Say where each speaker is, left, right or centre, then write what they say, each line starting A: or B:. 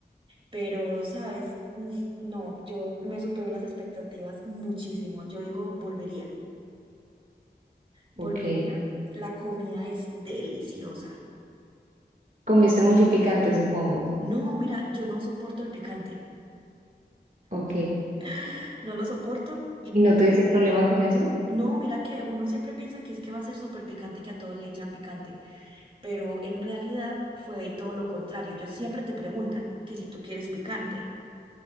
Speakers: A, on the right; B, on the right.
A: pero, ¿sabes? Mm, No, yo me superó las expectativas muchísimo. Yo digo, volvería. Volvería.
B: Ok.
A: La comida es deliciosa.
B: Comiste mucho picante, supongo.
A: No, mira, yo no soporto el picante.
B: Ok.
A: <gasps> No lo soporto
B: ¿Y no tuviste problema con eso?
A: No, mira que uno siempre piensa que es que va a ser súper picante, que a todos le echan picante, pero en realidad fue todo lo contrario. Ellos siempre te preguntan que si tú quieres picante.